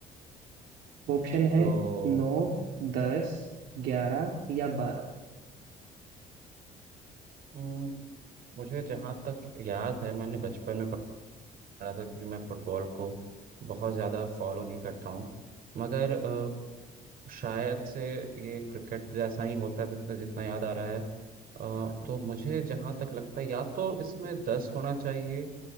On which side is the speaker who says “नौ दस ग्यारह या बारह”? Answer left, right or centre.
Right